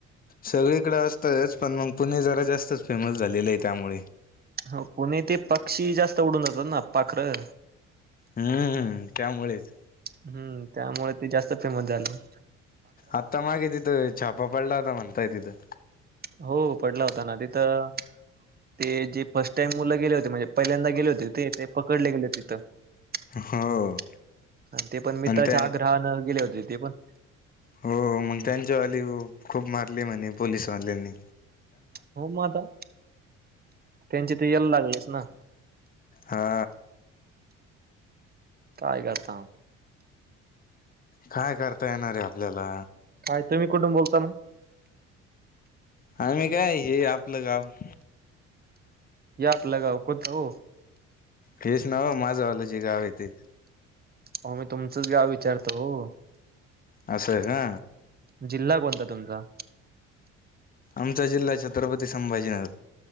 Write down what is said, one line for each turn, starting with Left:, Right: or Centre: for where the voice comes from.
Left: सगळीकडं असतच पण मग पुणे जरा जास्तच फेमस झालेलं आहे त्यामुळे
Right: हो पुणे ते पक्षी जास्त उडून जातात ना पाखर
Left: हम्मम त्या मुळेच
Right: हम्म त्यामुळे ते जास्त फेमस झालय.
Left: आता मागे तिथे छापा पडलाता म्हंतय तिथं
Right: हो पडला होता ना तिथं ते जे फर्स्ट टाइम मुले गेले होते म्हणजे पहिल्यांदा गेले होते ते पकडले गेले होते तिथं
Left: हो
Right: ते पण मित्रच्या
Left: आणि त्यां
Right: आग्रहानं गेले होते ते पण
Left: हो मग त्यांच्यावाली -खूप मारली म्हणे पोलीस वाल्यांनी
Right: हो मग आता त्यांचे तर यल.. लागलेच ना
Left: हा
Right: काय करता मग
Left: काय करता येणार आहे आपल्याला
Right: काय तुम्ही कुठून बोलता मग
Left: आ मी काय हे आपलं गाव <inaudible>
Right: या आपल गाव कोणते हो?
Left: हेच नाव माझं वालं जे गाव आहे ते
Right: हो मी तुमचंच गाव विचारतो हो
Left: अस का
Right: जिल्हा कोणता तुमचा
Left: आमचा जिल्हा छत्रपती संभाजीनगर